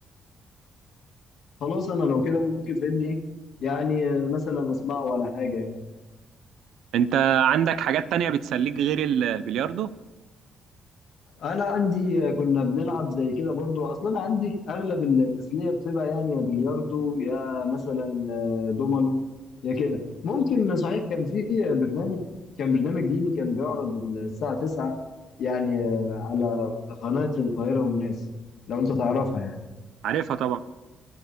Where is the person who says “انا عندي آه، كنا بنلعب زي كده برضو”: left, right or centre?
Left